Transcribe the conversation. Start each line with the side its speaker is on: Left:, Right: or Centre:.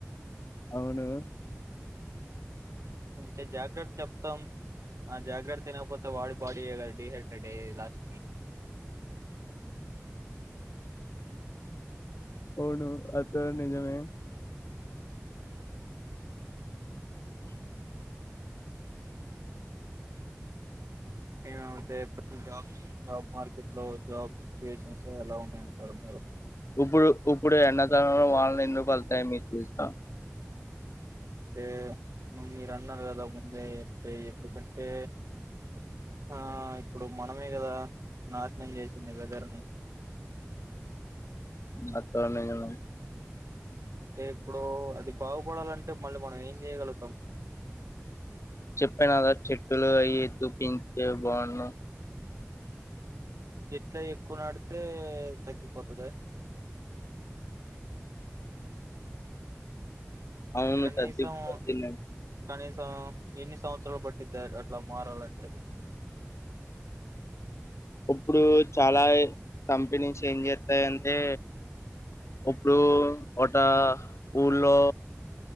Left: అవును
Right: కొంచెం జాగ్రత్త చెప్తాం ఆ జాగ్రత్త తినకపోతే వాడి బాడీ డిహైడ్రేట్ అయ్యది లాస్ట్ కి
Left: అవును అత నిజమే
Right: ఏమమతే జాబ్ జాబ్ మార్కెట్ లో జాబ్ సిచ్యువేషన్స్ ఎలా ఉన్నాయంటారు మీరు
Left: ఇప్పుడు ఇప్పుడు ఎన్నతనంలో వాళ్ళని ఎందుకు వెళ్తాయి మీ చూసా
Right: అంటే ను్ మీరు అన్నారు కదా ముందే అంటే ఎందుకంటే ఆ ఇప్పుడు మనమే కదా నాశనం చేసింది వెదర్ని
Left: అత్తవన్న
Right: అంటే ఇప్పుడు అది బాగుపడాలంటే మళ్ళీ మనం ఏం చేయగలుగుతాం
Left: చెప్పానుద చెట్టులు అయి దూపించే బాను
Right: చెట్లా ఎక్కువ నాడితే తగ్గిపోతుంది
Left: అవును
Right: కనీసం
Left: తదిదిన
Right: ఎ కనీసం ఎన్ని సంవత్సరాలు పట్టిద్ద అట్లా మారాలంటేది
Left: ఇప్పుడు చాలా కంపిణీస్ ఏం చేస్తాయింటే ఇప్పుడు ఒక ఊలో